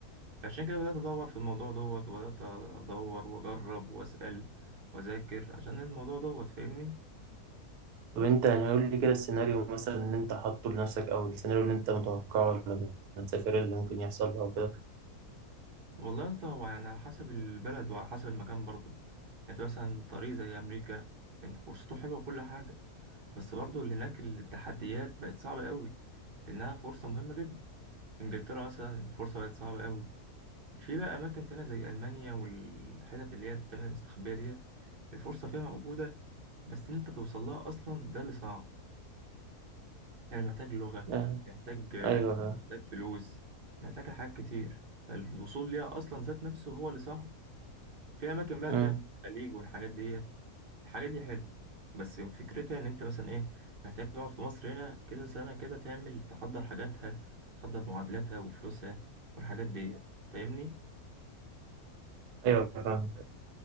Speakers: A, on the right; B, on the right.
A: عشان كده بدأت أدور في الموضوع دوت وبدأت أدور وأجرب وأسأل وأذاكر عشان الموضوع دوت فاهمني
B: طب أنت يعني قول لي كده السيناريو مثلا اللي أنت حاطه لنفسك أو السيناريو اللي أنت متوقعه لما تسافر اللي ممكن يحصل أو كده
A: والله أصلا هو يعني على حسب البلد وعلى حسب المكان برضه يعني أنت مثلا طريق زي أمريكا أنت فرصته حلوة وكل حاجة بس برضه اللي هناك التحديات بقت صعبة قوي لأنها فرصة مهمة جدا انجلترا مثلا الفرصة بقت صعبة قوي في بقى اماكن تانية زي المانيا والحتت اللي هي التانية المستخبية ديت الفرصة فيها موجودة بس ان انت توصل لها اصلا ده اللي صعب يعني محتاج لغة
B: آه،
A: محتاج
B: أيوه آه،
A: محتاج فلوس محتاج حاجات كتير فالوصول ليها اصلا ذات نفسه هو اللي صعب في اماكن بقى
B: أمم،
A: تانية الخليج والحاجات ديت الحاجات دي حلوة بس فكرتها ان انت مثلا ايه محتاج تقعد في مصر هنا كذا سنة كده تعمل تحضر حاجاتها تحضر معادلاتها وفلوسها والحاجات ديت فاهمني
B: أيوه فاهم